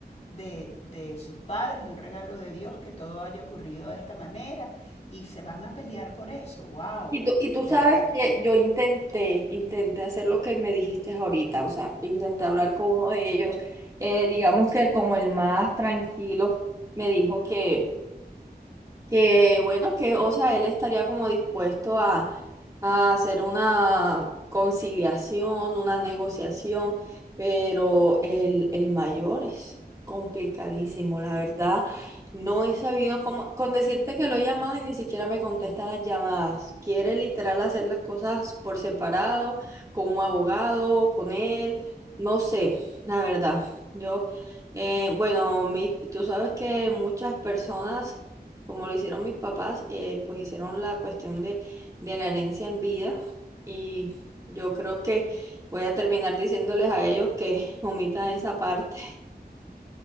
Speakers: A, on the left; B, on the right.
A: de, de, sus padres y un regalo de Dios que todo haya ocurrido de esta manera y se van a pelear por eso. ¡Wow!
B: Y tú, y tú sabes
A: De verdad.
B: que yo intenté, intenté hacer lo que me dijiste ahorita, o sea, intenté hablar con uno de ellos, eh, digamos que como el más tranquilo, me dijo que... Que bueno, que o sea, él estaría como dispuesto a, a hacer una conciliación, una negociación, pero el, el mayor es complicadísimo, la verdad. No he sabido cómo, con decirte que lo he llamado y ni siquiera me contesta las llamadas. Quiere literal hacer las cosas por separado, como abogado, con él, no sé, la verdad. Yo, eh, bueno, mi- tú sabes que muchas personas como lo hicieron mis papás, eh, pues hicieron la cuestión de, de la herencia en vida y yo creo que voy a terminar diciéndoles a ellos que omitan esa parte.